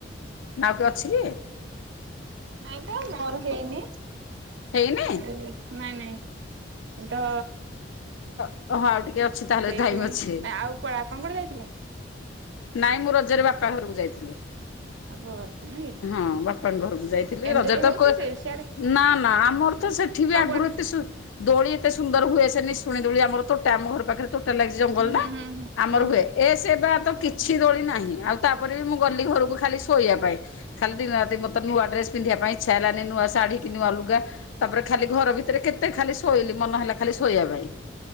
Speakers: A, on the left; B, on the right.
A: ନା ଆଉ କି ଅଛି କି?
B: ନାଇଁ ତ ମୋର ହେଇନି
A: ହେଇନି
B: ନାଇଁ ନାଇଁ। ତ
A: ଓହ ହ ଆଉ ଟିକେ ଅଛି। ତାହେଲେ
B: ସେଇଥିପାଇଁ
A: ଟାଇମ ଅଛି
B: ଆଉ କ ଆପଣ କୁଆଡେ ଯାଇଥିଲେ?
A: ନାଇଁ ମୁଁ ରଜରେ ବାପା ଘରକୁ ଯାଇଥିଲି।
B: ବାପ ଘରକୁ ନାଇଁ
A: ହଁ ବାପାଙ୍କ ଘରକୁ ଯାଇଥିଲି।
B: ଏଞ୍ଜୟ
A: ରଜ ତ
B: ହଉଛି ସେ ସିଆଡେ
A: ନା ନା ଆମର ତ ସେ ଏଠି
B: ସବୁଆଡେ
A: ଆଗରୁ ଏତେ ସୁ ଦୋଳି ଏତେ ସୁନ୍ଦର ହୁଏ ସେ ନିଶୁଣି ଦୋଳି ଆମର ତୋଟା ଆମ ଘର ପାଖରେ ତୋଟା ଲାଗ ଜଙ୍ଗଲ
B: ହୁଁ ହୁଁ
A: ନା
B: ହୁଁ ହୁଁ
A: ଆମର
B: ହୁଁ
A: ହୁଏ
B: ହୁଁ
A: ଏ ସେ ବା ତ କିଛି କିଛି ଦୋଳି ନାହିଁ ଆଉ ତାପରେ ବି ମୁଁ ଗଲି ଘରକୁ ଖାଲି ଶୋଇବା ପାଇଁ ଖାଲି ଦିନରାତି ମତେ ନୂଆ ଡ୍ରେସ ପିନ୍ଧିବା ପାଇଁ ଇଛା ହେଲାନି। ନୂଆ ଶାଢୀ କି ନୂଆ ଲୁଗା ତାପରେ ଖାଲି ଘର ଭିତରେ କେତେ ଖାଲି ଶୋଇଲି ମନ ହେଲା ଖାଲି ଶୋଇବା ପାଇଁ